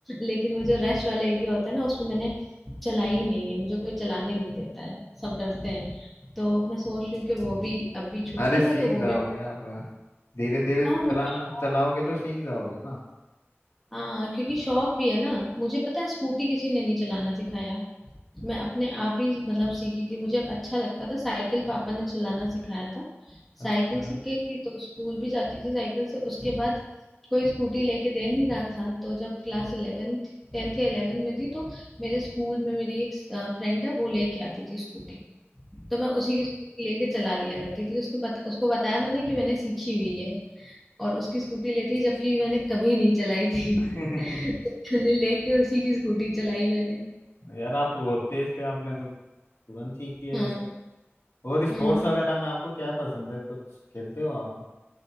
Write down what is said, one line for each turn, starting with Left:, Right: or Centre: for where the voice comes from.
Centre: लेकिन वो जो रश वाला एरिया होता है ना उसमें मैंने चलाई ही नहीं है मुझे कोई चलाने नहीं देता है सब डरते हैं तो मैं सोच रही हूँ कि वो भी अभी छुट्टी
Left: अरे सीख
Centre: है तो वो
Left: जाओगे
Centre: भी
Left: आप धीरे धीरे
Centre: हाँ
Left: चलाना
Centre: मुझे शौक
Left: चलाओगे तो सीख जाओगे ना
Centre: हाँ क्योंकि शौक भी है ना मुझे पता है स्कूटी किसी ने नहीं चलाना सिखाया मैं अपने आप ही मतलब सीखी थी मुझे अच्छा लगता था साइकिल पापा ने चलाना सिखाया था
Left: अच्छा
Centre: साइकिल सीख गई थी तो स्कूल भी जाती थी साइकिल से उसके बाद कोई स्कूटी लेके दे नहीं रहा था तो जब क्लास इलेवेंथ टेंथ या इलेवेंथ में थी तो मेरे स्कूल में मेरी एक फ्रेंड है वो लेके आती थी स्कूटी तो मैं उसी की स्कूटी लेके चला लिया करती थी उसने बता, उसको बताया मैंने कि मैंने सीखी हुई है और उसकी स्कूटी लेती जबकि मैंने कभी नहीं चलाई थी
Left: <laughs>
Centre: <laughs> तो मैंने लेके उसी की स्कूटी चलाई मैंने
Left: यार आप बहुत तेज थे आपने तो तुरंत सीख लिया
Centre: हाँ
Left: ये सब और स्पोर्ट्स
Centre: हम्म
Left: वगैरह में आपको क्या पसंद है कुछ खेलते हो आप